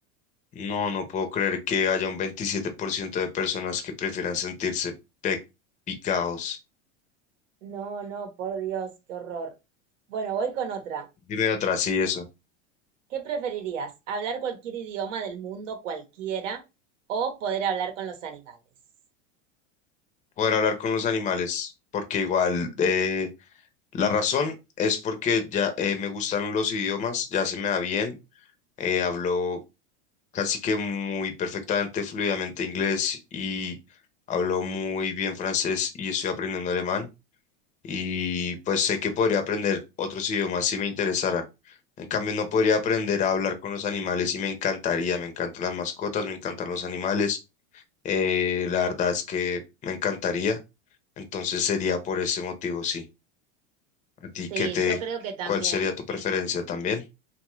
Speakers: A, on the left; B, on the right.
A: No, no puedo creer que haya un 27% de personas que prefieran sentirse pe- picados.
B: No, no, por Dios, qué horror. Bueno, voy con otra.
A: Dime otra, sí, eso.
B: ¿Qué preferirías? ¿Hablar cualquier idioma del mundo, cualquiera, o poder hablar con los animales?
A: poder hablar con los animales, porque igual eh, la razón es porque ya eh, me gustan los idiomas, ya se me da bien, eh, hablo casi que muy perfectamente, fluidamente inglés y hablo muy bien francés y estoy aprendiendo alemán y pues sé que podría aprender otros idiomas si me interesaran. En cambio, no podría aprender a hablar con los animales y me encantaría, me encantan las mascotas, me encantan los animales, eh, la verdad es que me encantaría. Entonces sería por ese motivo, sí. ¿A ti
B: Sí,
A: qué te,
B: yo creo que también
A: cuál sería tu preferencia
B: elegiría.
A: también?